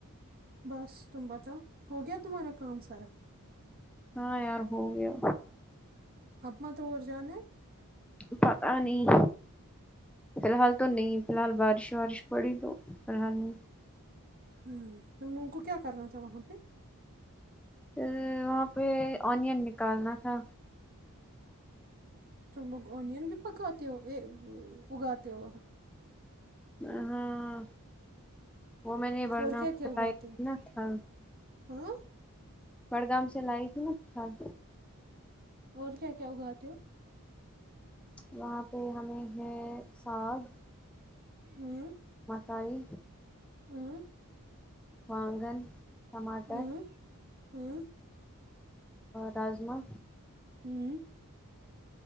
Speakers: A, on the right; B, in the centre.
A: بس تم پتا ہو گیا تمہارا کام سارا
B: ہاں یار ہو گیا
A: اپنا طور جان ہے
B: پت نہیں فی الحال تو نہیں فی الحال بارش وارش پڑی تو فی الحال نہیں
A: ہ تو ہم لوگوں کو کیا کرنا تھا وہاں پہ
B: پھر وہاں پہ اونین نکالنا تھا
A: توم لوگ اوونین بھی پکات ہو اگاتے ہو
B: ہاںاں وہ میں نے بڑگاؤں
A: اور کیا کیا
B: سے
A: اگاتے
B: بائنا
A: ہو
B: تھا
A: ہاں
B: بڑگام سے لائی تھی ن
A: اور کیا کیا اگاتے ہو
B: وہاں پہ ہمیں ہے ساگ
A: ہوں
B: مکائی
A: ہوں
B: وانگن ٹماٹر
A: ہوں ہوں
B: راجما
A: ہوں